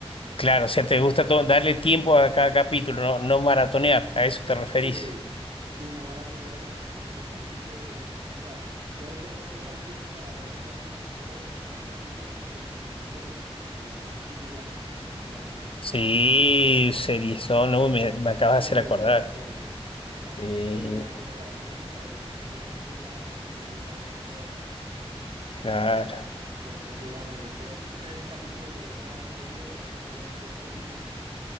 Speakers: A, on the left (about 60°); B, on the right (about 60°).
A: Claro, o sea, te gusta to- darle tiempo a cada capítulo, no, no maratonear,
B: Eh,
A: a eso te referís.
B: Sí, sí, no maratonear, y no, porque usualmente, o sea, puede que uno tenga el tiempo para ver, digamos, tres, cuatro capítulos, pero si son series, como digamos Peaky Blinders, no sé si la has visto.
A: Sí, Seriezón, uy, me, me acabas
B: Muy
A: de hacer acordar.
B: buena serie, exacto,
A: Sí,
B: muy buena serie, para mí de mis favoritas, y esa serie cada capítulo dura una hora, digamos.
A: claro.
B: Entonces, digamos, ver tres capítulos de esa serie es como ver tres películas.